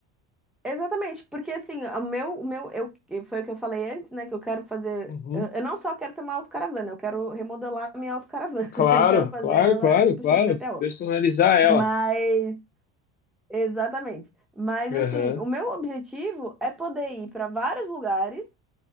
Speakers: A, in the centre; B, on the left (about 30°).
A: Exatamente, porque assim, o meu, o meu, eu, que foi o que eu falei antes, né? Que eu quero fazer.
B: Uhum.
A: Eu, eu não só quero ter uma autocaravana, eu quero remodelar a minha autocaravana.
B: Claro,
A: <laughs> Eu quero fazer
B: claro,
A: ela
B: claro,
A: tipo
B: claro.
A: XPTO.
B: Personalizar ela.
A: Mas, exatamente. Mas assim,
B: Aham,
A: o meu objetivo é poder ir para vários lugares